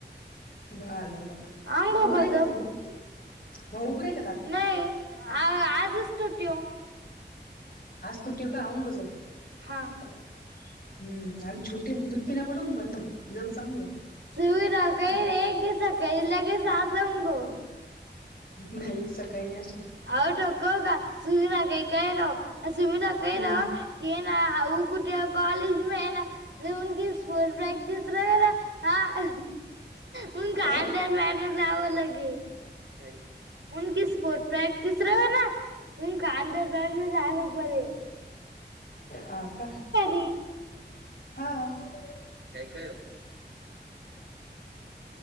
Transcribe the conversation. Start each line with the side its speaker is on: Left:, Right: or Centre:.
Left: भलंभला
Right: आऊंगो
Left: उघरे
Right: कजब
Left: का जबूआ उघरे का दा <unintelligible>
Right: नही आजच टूटीओ
Left: आज टूटओ आवं गजब <unintelligible>
Right: हा
Left: हम्म आम छुटी दुध किना पडव पणंतू जव चांगू <unintelligible>
Right: सुवी रा का एक दि स काळी लगेच <unintelligible> जाज ग <unintelligible>
Left: नाही सकाळी नाही असेल
Right: हा कव का सुमना का काय राव सुमना का
Left: हम्म
Right: राव <unintelligible> कि ना कुठे कॉलेज मे आहे ना जकी स्ो प्रॅक्टिस र ना <unintelligible> हा मून खांदार
Left: काही
Right: पाहेन जावं लगे <unintelligible> की स्पोर्ट प्रॅक्टिस र ना <unintelligible> त काांधारपार जाहा नप <unintelligible>
Left: हा का
Right: रे
Left: हा-‍-
Right: काय काय <unintelligible>